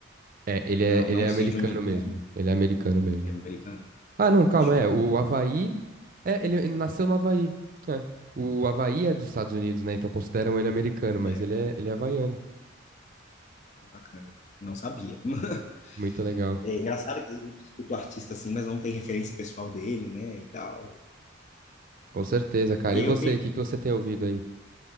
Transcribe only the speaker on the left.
Não,
não
sei
de onde
ele
é, é americano.
Achou.
É,
bacana. Não sabia. <laughs>
É engraçado que eu escuto artista assim, mas não tem referência pessoal dele, né, e tal.
E
eu tenho,